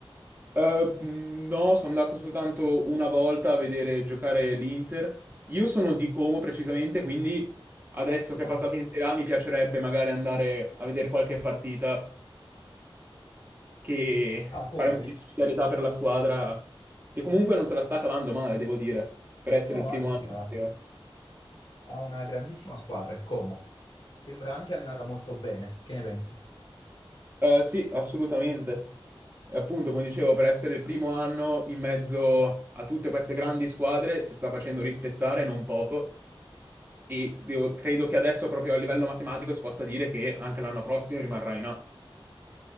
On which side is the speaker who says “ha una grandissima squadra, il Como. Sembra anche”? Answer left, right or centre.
Left